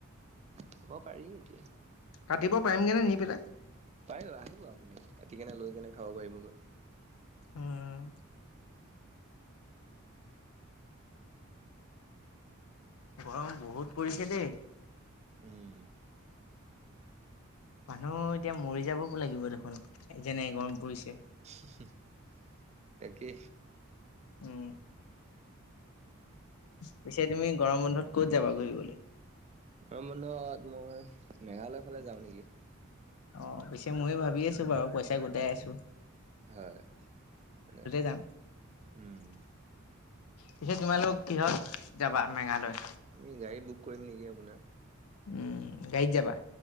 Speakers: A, on the right; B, on the left.
A: খাব পাৰি এতিয়া।
B: কাটিব পায়িম গেনে নি পেলাই?
A: পাৰিব আহিব আপুনি কাটি কেনে লৈ কেনে খাব পাৰিবগৈ।
B: উম। গৰম বহুত পৰিছে দেই।
A: উম।
B: মানুহ এতিয়া মৰি যাব ব লাগিব দেখোন এ, যেনে গৰম পৰিছে।
A: <unintelligible> তাকে।
B: উম, পিছে তুমি গৰম বন্ধত ক'ত যাবা ঘূৰিবলে?
A: গৰম বন্ধত মই মেঘালয় ফালে যাওঁ নিকি
B: অ', পিছে ময়ো ভাবি আছোঁ বাৰু পইচা গোটাই আছোঁ।
A: হয়, তাক
B: যাম।
A: উম।
B: পিছে তোমালোক কিহত যাবা মেঘালয়?
A: আমি গাড়ী বুক কৰিম নিকি আপোনাৰ
B: উম গাইত যাবা।